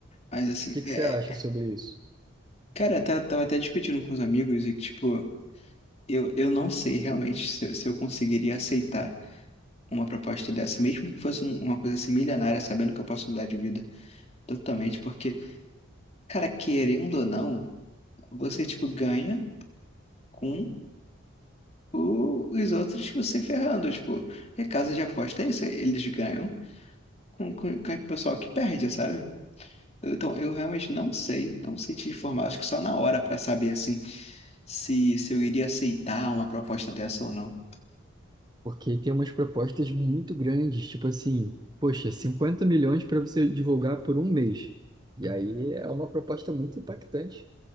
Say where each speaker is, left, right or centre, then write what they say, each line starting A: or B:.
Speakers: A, on the left (about 30°); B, on the right (about 20°).
A: mas assim
B: que que
A: é,
B: você acha
A: é,
B: sobre isso?
A: cara tá, tava até discutindo com os amigos e que tipo eu, eu não sei realmente se, eu- se eu conseguiria aceitar uma proposta dessa, mesmo que fosse um- uma coisa assim milionária, sabendo que eu posso mudar de vida totalmente, porque, cara, querendo ou não, você, tipo, ganha com o- os outros, tipo, se ferrando, tipo, e casa de aposta é isso, eles ganham com, com, com o pessoal que perde, sabe? Então, eu realmente não sei, não sei te informar, acho que só na hora pra saber, assim, se, se eu iria aceitar uma proposta dessa ou não.
B: Porque tem umas propostas muito grandes, tipo assim, poxa, 50 milhões para você divulgar por um mês. E aí é uma proposta muito impactante.